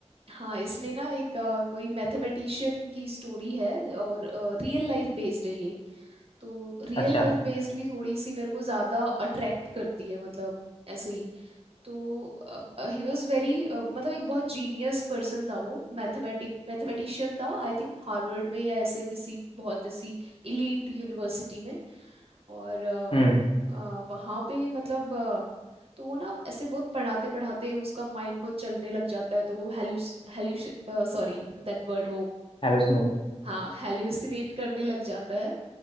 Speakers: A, on the right; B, on the left.
A: हाँ इसमें ना एक अ, कोई मैथमेटिशियन की स्टोरी है और रियल लाइफ बेस्ड है ये तो रियल
B: अच्छा
A: लाइफ बेस्ड भी थोड़ी सी मेरे को ज्यादा अट्रैक्ट करती है मतलब ऐसे ही तो ही वॉज वेरी मतलब एक बहुत जीनियस पर्सन था वो मैथमेटिक मैथमेटिशियन था आई थिंक हार्वर्ड में या ऐसे किसी बहुत ऐसी इलीट यूनिवर्सिटी में और अ,
B: हम्म
A: अ, वहाँ पे मतलब अ, तो वो ना ऐसे बहुत पढ़ाते पढ़ाते उसका माइंड बहुत चलने लग जाता है तो वो हेल्यूस सॉरी दैट वर्ड वो
B: हेलो सुनो
A: हाँ हेल्यूसिनेट करने लग जाता है